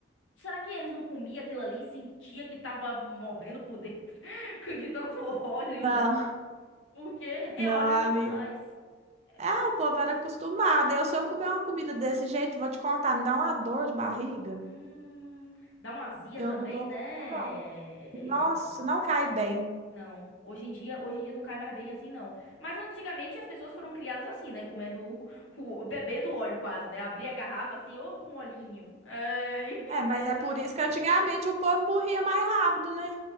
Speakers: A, on the left (about 85°); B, on the right (about 35°).
A: Será que eles não comiam aquilo ali e sentia que tava morrendo por dentro <laughs> com- de tanto óleo,
B: Não,
A: não? Porque é
B: não,
A: óleo
B: amiga.
A: demais. É,
B: É, o povo era acostumado. Eu, se eu comer uma comida desse jeito, vou te contar, me dá uma dor de barriga.
A: hum, dá uma azia
B: Eu
A: também,
B: não dou conta,
A: né?
B: não.
A: É,
B: Nossa,
A: é, Esse...
B: não cai bem.
A: Não, hoje em dia, hoje em dia não cai mais bem assim, não. Mas antigamente as pessoas foram criadas assim, né? Comendo, <laughs> o- bebendo óleo quase, né? Abria a garrafa assim, opa, um olhinho. É, <laughs> e, e,
B: É, mas
A: e,
B: é
A: tomava.
B: por isso que antigamente o povo morria mais rápido, né?